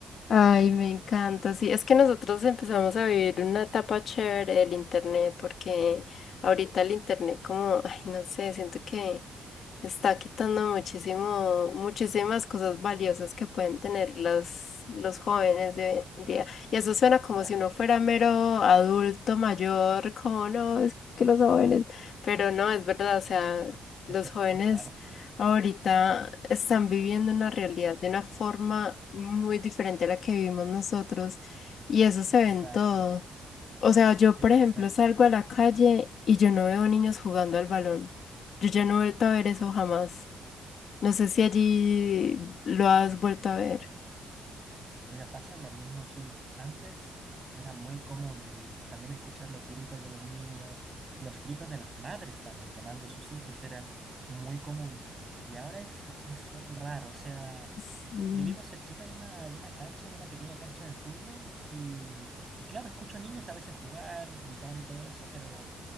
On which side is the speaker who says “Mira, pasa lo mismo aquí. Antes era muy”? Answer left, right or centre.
Right